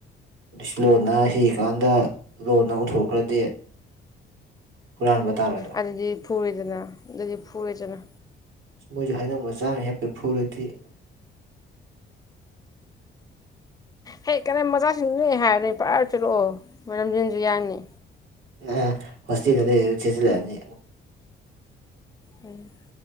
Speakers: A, on the right; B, on the left.
A: ꯪꯏꯁ ꯂꯣꯟꯅ ꯍꯦꯢꯀꯥꯟꯗ ꯂꯣꯟꯅ ꯎꯊꯣꯛꯈ꯭ꯔꯗꯤ ꯍꯨꯔꯥꯟꯕ ꯇꯥꯔꯣꯏꯗ꯭ꯔꯣ
B: ꯑꯗꯨꯗꯤ ꯐꯨꯔꯦꯗꯅ ꯑꯗꯨꯗꯤ ꯐꯨꯔꯦꯗꯅ
A: ꯃꯣꯏꯖꯨ ꯍꯩꯅꯧ ꯃꯆꯥꯃ ꯍꯦꯛꯄꯦ ꯐꯨꯔꯗꯤ
B: ꯍꯦꯛ ꯀꯅꯥ ꯃꯆꯥꯁꯤꯡꯅꯨꯅꯦ ꯍꯥꯏꯔ ꯄ꯭ꯔꯥ ꯆꯠꯂꯛꯑꯣ ꯃꯅꯝꯖꯦꯟꯁꯨ ꯌꯥꯡꯅꯤ
A: ꯑ ꯍꯣꯁꯇꯦꯜꯗ ꯂꯩꯔꯥ ꯆꯦꯖꯜꯂꯅꯤ
B: ꯍꯩ